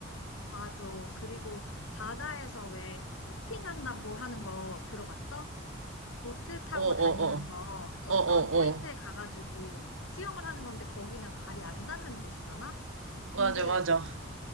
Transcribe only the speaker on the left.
맞아. 그리고 바다에서 왜 호핑한다고 하는 거 들어봤어? 보트 타고
다니면서 어떤
포인트에 가가지고 수영을 하는 건데 거기는 발이 안 닿는 곳이잖아.
근데